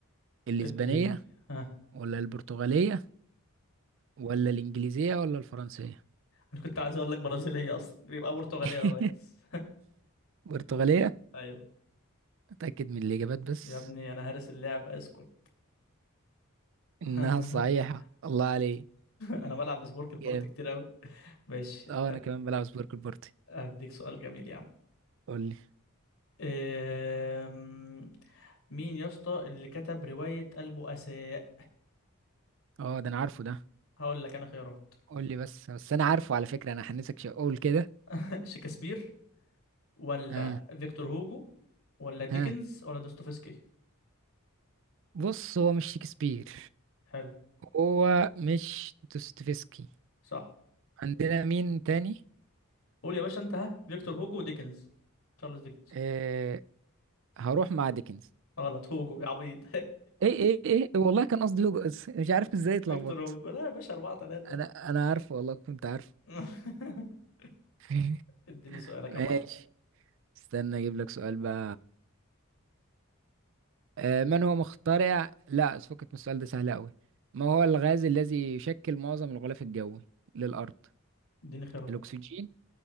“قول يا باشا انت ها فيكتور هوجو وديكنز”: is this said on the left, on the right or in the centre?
Left